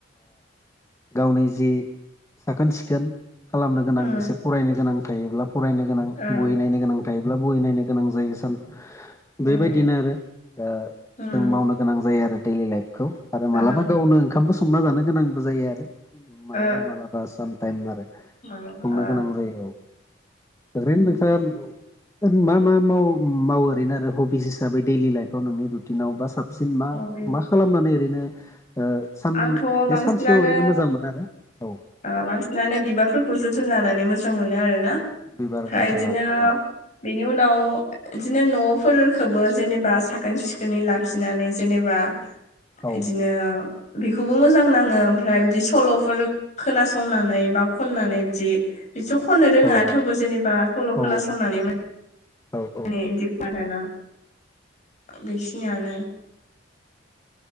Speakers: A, on the left; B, on the left.
A: गावनि जि साखोन सिखोन खालामनो गोनां
B: उम
A: एसे फरायनो गोनां थायोब्ला फरायनो गोनां
B: ओ
A: बहि नायनो गोनां थायोब्ला बहि नायनो गोनां जायो सान बेबायदिनो
B: ओ
A: आरो जों
B: उम
A: मावनो गोनां जायो आरो दैलि लाइफखौ आरो
B: ओ
A: मालाबा गावनो ओंखामबो संना जानो गोनांबो जायो आरो मालाबा
B: ओ
A: मालाबा साम टाइम आरो
B: मालाबा
A: संनो गोनां जायो औ ओरैनो
B: ओ
A: नोंथांङा <unintelligible> मा मा मावो मावो ओरैनो आरो हबिस हिसाबै दैलि लाइफआव नोंनि रुटिनाव बा साब सिन मा
B: हबि
A: मा खालामनानै ओरैनो सान
B: आंथ'
A: बे
B: बांसिनानो
A: सानसेयाव ओरैनो मोजां मोनो आरो औ
B: ओ बांसिनानो बिबारफोरखौ जोथोन लानानै मोजां मोनो आरोना ओमफ्राय
A: बिबार जोथोन
B: बिदिनो
A: लानानै औ
B: बेनि उनाव बिदिनो न'फोरफोरखौबो जेनेबा साखोन सिखोनै लाखिनानै जेनेबा
A: औ
B: एदिनो बेखौबो मोजां नाङो ओमफ्राय बिदि सल'फोर खोनासंनानै बा खननानै बिदि बिदिथ' खननो रोंङा
A: औ
B: थेवबो जेनेबा सल' खोनासंनानै
A: औ
B: मो
A: औ औ
B: <unintelligible> <unintelligible> बेखिनियानो